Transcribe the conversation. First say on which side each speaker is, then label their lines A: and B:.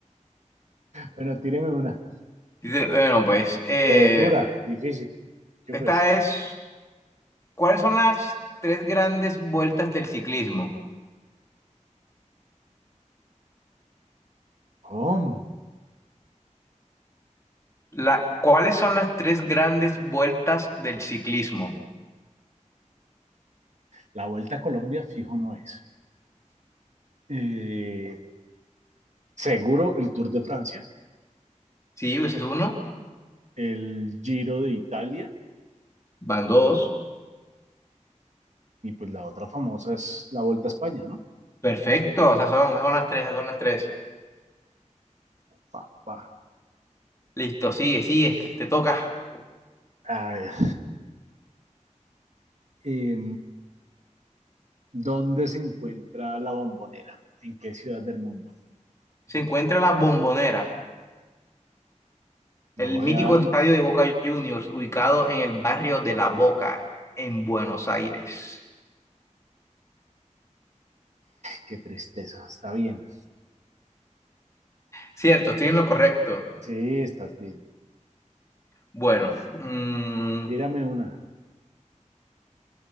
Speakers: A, on the right; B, on the left.
A: Bueno, tíreme una.
B: Dice, Bueno, pues, eh,
A: Pero dura, difícil. Yo
B: esta
A: pues,
B: es, ¿cuáles son las tres grandes vueltas del ciclismo?
A: ¿cómo?
B: La, ¿cuáles son las tres grandes vueltas del ciclismo?
A: La Vuelta a Colombia fijo no es. Eh, seguro el Tour de Francia,
B: Sí, ese es uno,
A: el Giro de Italia
B: van dos.
A: y pues la otra famosa es la Vuelta a España, ¿no?
B: Perfecto, o sea, son, esas son las tres, esas son las tres.
A: Papá.
B: Listo, sigue, sigue, te toca.
A: A ver. eh, ¿Dónde se encuentra la bombonera? ¿En qué ciudad del mundo?
B: Se encuentra La Bombonera,
A: No
B: el
A: voy
B: mítico
A: a dar.
B: estadio
A: mm,
B: de Boca Juniors, ubicado en el barrio de La Boca, en Buenos Aires.
A: Qué tristeza. Está bien.
B: Cierto, estoy en lo correcto.
A: Sí, estás bien.
B: Bueno, mm,
A: Tírame una.